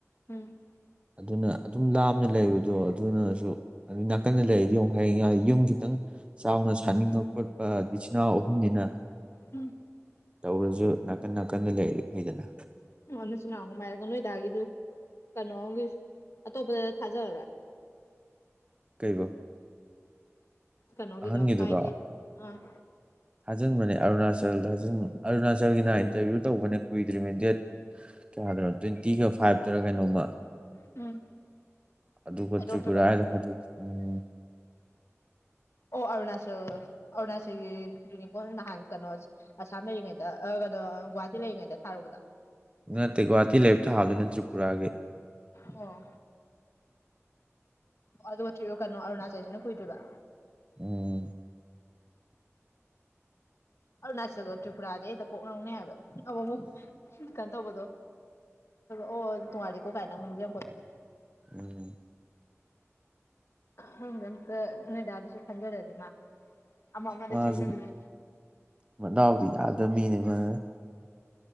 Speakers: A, on the left; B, on the right.
A: ꯎꯝ
B: ꯑꯗꯨꯅ ꯑꯗꯨꯝ ꯂꯥꯞꯅ ꯂꯩꯕꯗꯣ ꯑꯗꯨꯅꯁꯨ ꯑꯗꯨ ꯅꯥꯀꯟꯗ ꯂꯩꯔꯗꯤ ꯌ‌ꯣꯡ ꯍꯌꯦꯡ ꯌꯨꯝ ꯈꯤꯇꯪ ꯆꯥꯎꯅ ꯁꯥꯅꯤꯡꯕ ꯈꯣꯠꯄ ꯏꯆꯤꯜ ꯏꯅꯥꯎ ꯑꯍꯨꯝꯅꯤꯅ
A: ꯎꯝ
B: ꯇꯧꯔꯁꯨ ꯅꯥꯀꯟ ꯅꯥꯀꯟꯗ ꯂꯩꯔꯗꯤ ꯐꯩꯗꯅ
A: ꯑꯣ ꯅꯆꯅꯥꯎ ꯑꯍꯨꯝ ꯍꯥꯏꯔꯒ ꯅꯣꯏꯗꯥꯒꯤꯗꯨ ꯀꯩꯅꯣꯒꯤ ꯑꯇꯣꯞꯄꯗ ꯊꯥꯖꯔꯔ‌ꯣꯏ
B: ꯀꯩꯕꯣ
A: ꯀꯩꯅꯣꯒꯤꯗꯣ
B: ꯑꯍꯟꯒꯤꯗꯨꯔ‌ꯣ
A: ꯃꯥꯒꯤ ꯑꯥ
B: ꯊꯥꯖꯤꯟꯕꯅꯦ ꯑꯔꯨꯅꯥꯆꯜ ꯑꯔꯨꯅꯥꯆꯜꯒꯤ ꯅꯍꯥꯟ ꯏꯟꯇꯔꯚ꯭ꯌꯨ ꯇꯧꯕꯅꯦ ꯀꯨꯏꯗ꯭ꯔꯤꯅꯤ ꯗꯦꯠ ꯀꯌꯥꯗꯅꯣ ꯇ꯭ꯋꯦꯟꯇꯤꯒ ꯐꯥꯏꯚꯇꯔ ꯀꯩꯅꯣꯝꯃ
A: ꯎꯝ
B: ꯑꯗꯨꯒ
A: ꯍꯥꯏꯗꯣꯛꯇ꯭ꯔꯤꯕ
B: ꯇ꯭ꯔꯤꯄꯨꯔꯥ ꯍꯥꯏ ꯎꯝ
A: ꯑꯣ ꯑꯔꯨꯅꯥꯆꯜ ꯑꯔꯨꯅꯥꯆꯜꯒꯤ ꯌꯨꯅꯤꯐ‌ꯣꯝ ꯅꯍꯥꯟ ꯀꯩꯅꯣ ꯑꯁꯥꯝ ꯂꯩꯔꯤꯉꯩꯗ ꯑ ꯀꯩꯅꯣ ꯒꯨꯍꯥꯇꯤ ꯂꯩꯔꯤꯉꯩꯗ ꯊꯥꯔꯨꯕꯗ
B: ꯅꯠꯇꯦ ꯒꯨꯍꯥꯇꯤ ꯂꯩꯔ ꯊꯥꯕꯗꯨꯅ ꯇ꯭ꯔꯤꯄꯨꯔꯥꯒꯤ
A: ꯑꯣ ꯑꯣ ꯑꯗꯨꯒ ꯀꯩꯅꯣ ꯑꯔꯨꯅꯥꯆꯜꯁꯤꯅ ꯀꯨꯏꯗꯣꯏꯔꯤꯕ
B: ꯎꯝ
A: ꯑꯔꯨꯅꯥꯆꯜꯒ ꯇ꯭ꯔꯤꯄꯨꯔꯥꯖ‌ꯦ ꯍ‌ꯦꯛꯇ ꯀꯣꯛ ꯉꯥꯎꯅꯩ ꯍꯥꯏꯕ ꯑꯃꯨꯛ ꯑꯃꯨꯛ ꯀꯩꯅꯣ ꯇꯧꯕꯗꯣ ꯑꯣ ꯇ‌ꯣꯡꯉꯥꯜꯂꯤ ꯀꯥꯏꯅ ꯑꯃꯨꯛ ꯅꯤꯖꯤꯡꯉꯛꯄꯗ‌ꯣ
B: ꯎꯝ
A: ꯈꯪꯗ‌ꯦ ꯑꯝꯇ ꯅꯣꯏꯗꯥꯗꯨꯁꯨ ꯈꯟꯖꯔꯗꯤ ꯃꯥ ꯑꯃ ꯑꯃꯗ
B: ꯃꯥꯁꯨ
A: ꯆ‌ꯦꯟꯅꯔ
B: ꯃꯗꯥꯎꯗꯤ ꯌꯥꯗ ꯃꯤꯅꯤ ꯃꯥ